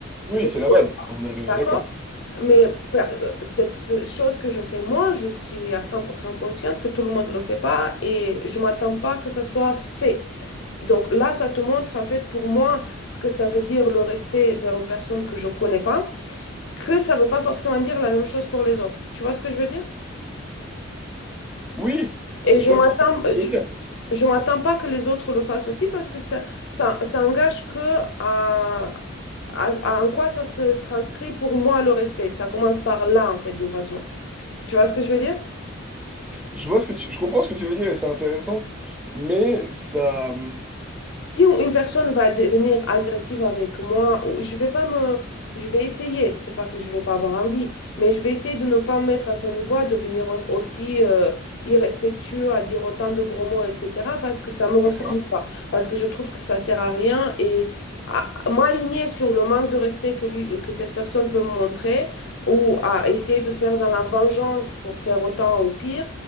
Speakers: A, in the centre; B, on the left.
A: Oui,
B: je te
A: c'est la
B: connais,
A: base, à mon avis, on
B: d'accord?
A: est d'accord.
B: Mais par- euh, cette chose que je fais moi, je suis à 100% consciente que tout le monde ne le fait pas et je m'attends pas que ça soit fait. Donc là, ça te montre en fait pour moi ce que ça veut dire le respect vers une personne que je connais pas, que ça veut pas forcément dire la même chose pour les autres. Tu vois ce que je veux dire?
A: Oui,
B: Et
A: je
B: je
A: vois
B: m'attends,
A: tout à fait ce que tu
B: je,
A: veux dire.
B: je m'attends pas que les autres le fassent aussi parce que ça, ça, ça engage que à, à- à en quoi ça se transcrit pour moi le respect. Ça commence par là en fait d'une façon. Tu vois ce que je veux dire?
A: Je vois ce que tu, je comprends ce que tu veux dire et c'est intéressant, mais ça, hum,
B: Si une personne va devenir agressive avec moi, ou- je vais pas me, je vais essayer. C'est pas que je vais pas avoir envie, mais je vais essayer de ne pas me mettre à son niveau, à devenir au- aussi euh, irrespectueux, à dire autant de gros mots, etc. Parce que ça me ressemble
A: d'accord.
B: pas, parce que je trouve que ça sert à rien et à- à m'aligner sur le manque de respect que lui, que cette personne peut me montrer, ou à essayer de faire dans la vengeance pour faire autant ou pire,